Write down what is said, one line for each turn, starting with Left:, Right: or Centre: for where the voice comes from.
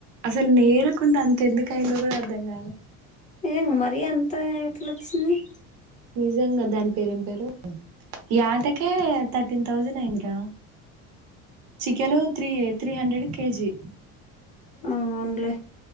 Right: అసలు నేరకుండా అంత ఎందుకైందో కూడా అర్థం కాలే
Left: ఏం మరి అంత ఎట్లొచ్చింది
Right: నిజంగా దాని పేరేం పేరు ఉ ఈ ఆటకే త టీన్ థౌసండ్ అయిందిరా chicken three eight three hundred KG
Left: అవునులే